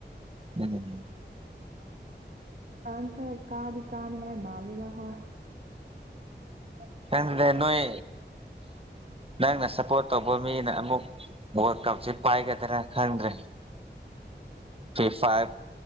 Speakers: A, on the right; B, on the right.
A: ꯅꯠꯇꯗꯤ
B: ꯐ꯭ꯔꯥꯟꯁ ꯁꯦ ꯀꯥꯗꯤ ꯀꯥꯅꯤ ꯍꯥꯏ ꯃꯥꯟꯂꯤꯗꯥ ꯍꯣꯏ <unintelligible>
A: ꯅꯪꯗꯦ ꯅꯣꯏ ꯅꯪꯅ ꯁꯞꯄꯣꯔꯠ ꯇꯧꯕ ꯃꯤꯅ ꯑꯃꯨꯛ ꯋꯥꯜ ꯀꯞꯁꯦ ꯄꯥꯏꯒꯗꯔ ꯈꯪꯗ꯭ꯔꯦ ꯊ꯭ꯔꯤ ꯐꯥꯢꯞ